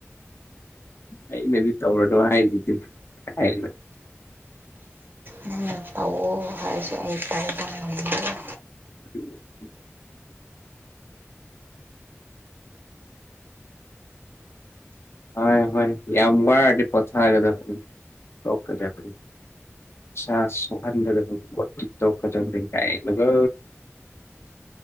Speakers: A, on the left (about 60°); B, on the right (about 45°).
A: ꯑꯩꯅꯗꯤ ꯇꯧꯔꯗꯣ ꯍꯥꯏꯗꯤ ꯑꯗꯨꯝ ꯍꯥꯏ
B: ꯅꯪꯅ ꯇꯧꯑꯣ ꯍꯥꯏꯔꯁꯦ ꯑꯩ ꯇꯧꯕ ꯉꯝꯃꯣꯏ
A: ꯎꯝ ꯍ ꯍ ꯌꯥꯝ ꯑꯃ ꯋꯥ ꯄꯊꯥꯒꯦ ꯆꯅꯤ ꯆꯅꯤ ꯆ ꯁꯣꯍꯥꯟꯗꯗꯣ ꯆꯧꯀ ꯀꯥꯏ ꯅꯒ